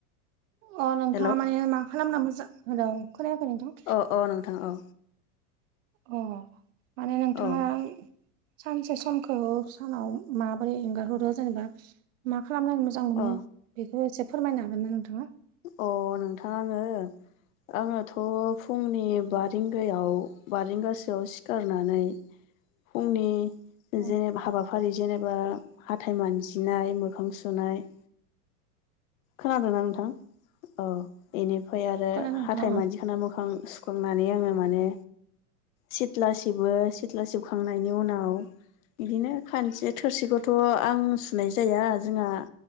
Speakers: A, on the right (about 60°); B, on the left (about 65°).
A: अ नोंथाङा
B: हेल'
A: माने मा खालामना मोजां हेलौ खोनायाखै नोंथां?
B: अ अ नोंथां औ
A: अ माने नोंथाङा
B: औ
A: सानसे समखौ सानाव माबोरै एंगारहरो जेनेबा मा खालामनानै मोजां मोनो
B: अ
A: बेखौ एसे फोरमायनो हागोन ना नोंथाङा?
B: अ नोंथां आङो आङोथ' फुंनि बा रिंगायाव बा रिंगासोआव सिखारनानै फुंनि
A: अ
B: जेनेबा हाबाफारि जेनेबा हाथाय मानजिनाय मोखां सुनाय खोनादोंना नोंथां औ इनिफाय आरो
A: खोनादों नोंथां
B: हाथाय
A: उम
B: मानजिखांना मोखां सुखांनानै आङो माने सिथ्ला सिबो सिथ्ला सिबखांनायनि उनाव बिदिनो खानसे थोरसिखौ थ' आं सुनाय जाया जोंङा